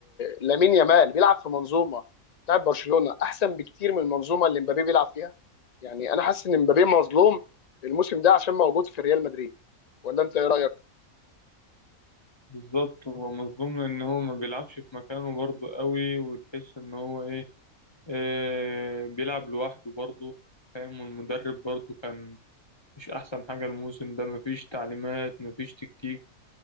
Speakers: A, on the left; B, on the left.
A: لامين يامال بيلعب في منظومه بتاعت برشلونه احسن بكتير من المنظومه اللي مبابي بيلعب فيها يعني انا حاسس ان مبابي مظلوم الموسم ده عشان موجود في ريال مدريد ولا انت ايه رايك
B: بالظبط هو مظلوم ان هو ما بيلعبش في مكانه برضه قوي وتحس ان هو ايه آه بيلعب لوحده برضه فاهم والمدرب برضه كان مش احسن حاجة الموسم ده مفيش تعليمات مفيش تكتيك